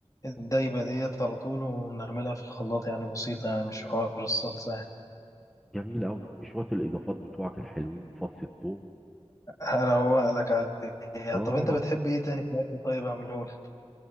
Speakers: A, on the left; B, in the centre.
A: الدايبة ديت على طول ونعملها في الخلاط يعني بسيطة يعني مش حوار الصلصة يعني
B: جميل قوي وشويه الاضافات بتوعك الحلوين فص الثوم
A: هروق لك عليها
B: اه
A: طب انت بتحب ايه تاني في الأكل طيب اعملهولك